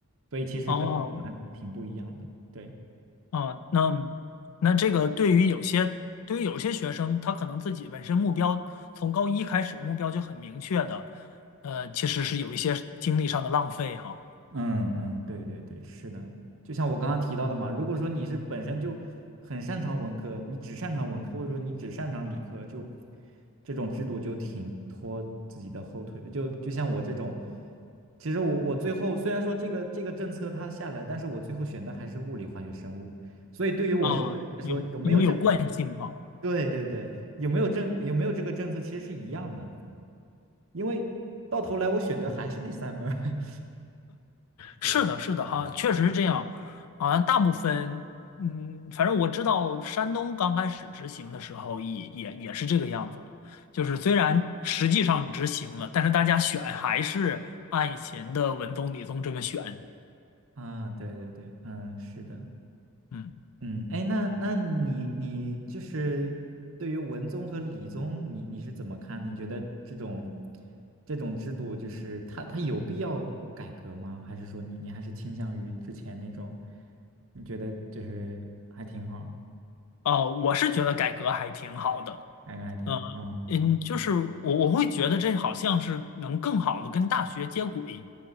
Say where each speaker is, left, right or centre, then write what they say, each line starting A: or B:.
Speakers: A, on the right; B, on the left.
A: 所以其实跟还挺不一样的。
B: 哦，
A: 对。
B: 啊，那那这个对于有些对于有些学生，他可能自己本身目标从高一开始目标就很明确的，呃，其实是有一些精力上的浪费哈。
A: 嗯嗯，对对对，是的，就像我刚刚提到的嘛，如果说你是本身就很擅长文科，你只擅长文科，或者说你只擅长理科，就这种制度就挺拖自己的后腿的。就就像我这种，其实我我最后虽然说这个这个政策它下来，但是我最后选的还是物理、化学、生物，所以对于我这种人来说，
B: 啊，有因为有惯性哈。
A: 有没有这，对对对，有没有政有没有这个政策其实是一样的，因为到头来我选的还是那三门儿 <laughs>
B: 是的，
A: 对对，
B: 是的，哈，
A: 嗯。
B: 确实是这样。好像大部分，嗯，反正我知道山东刚开始执行的时候也，也也是这个样子。就是虽然实际上执行了，但是大家选还是按以前的文综、理综这么选。
A: 啊，对对对，嗯，是的，
B: 嗯，
A: 嗯，哎，那那你你就是对于文综和理综，你你是怎么看？你觉得这种这种制度，就是它它有必要改革吗？还是说你你还是倾向于之前那种？你觉得就是还挺好，
B: 哦，我是觉得改革还挺好的。
A: 感觉还挺好。
B: 嗯、
A: 嗯
B: 嗯，就是我我会觉得这好像是能更好的跟大学接轨，